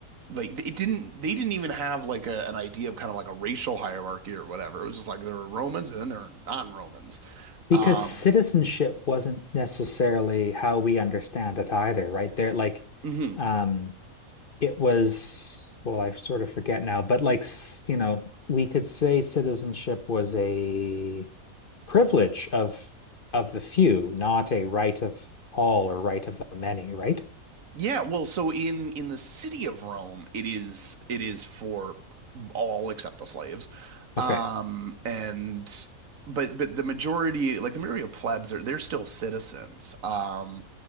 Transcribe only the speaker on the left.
Because
citizenship wasn't necessarily how we understand it either, right? There, like,
um, it was, well, I sort of forget now, but like, s- you know, we could say citizenship was a privilege of of the few, not a right of all or right of the many, right?
Okay.